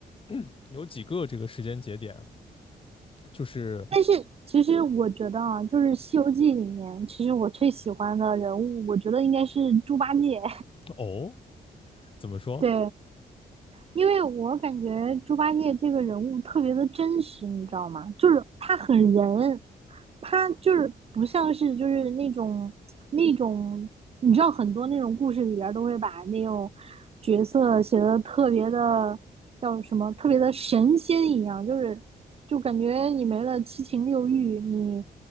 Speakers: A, on the left; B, on the right.
A: <clears throat> <coughs> 有几个这个时间节点啊就是
B: 但是其实我觉得啊，就是《西游记》里面，其实我最喜欢的人物，我觉得应该是猪八戒，
A: 哦，怎么说？
B: <laughs> 对。因为我感觉猪八戒这个人物特别的真实，你知道吗？就是他很人，他就是不像是就是那种那种，你知道很多那种故事里边都会把那种角色写的特别的叫什么，特别的神仙一样，就是就感觉你没了七情六欲，你